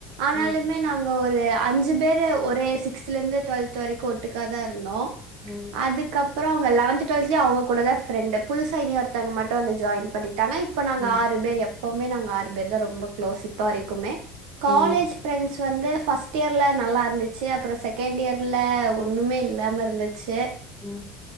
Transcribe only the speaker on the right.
ஆனாலுமே
நாங்க ஒரு அஞ்சு பேர் ஒரே சிக்ஸ்த்ல இருந்து டுவெல்த் வரைக்கும் ஒட்டுக்காதான் இருந்தோம்
அதுக்கப்பறம் அவங்க லவன்த் டுவெல்த்லையும் அவுங்க கூட தான் ஃப்ரண்டு புதுசா இனி ஒருத்தங்க மட்டும் வந்து ஜாயின் பண்ணிட்டாங்க ப்ப நாங்க
ஆறு பேர் எப்பவுமே நாங்க ஆறு பேர் தான் ரொம்ப க்ளோஸ் இப்ப வரைக்குமே காலேஜ்
ப்ரெண்ட்ஸ் க வந்து ஃபஸ்ட் இயர்ல நல்லா இருந்துச்சு அப்பறம் செகண்ட் இயர்ல ஒன்னுமே இல்லாம இருந் சே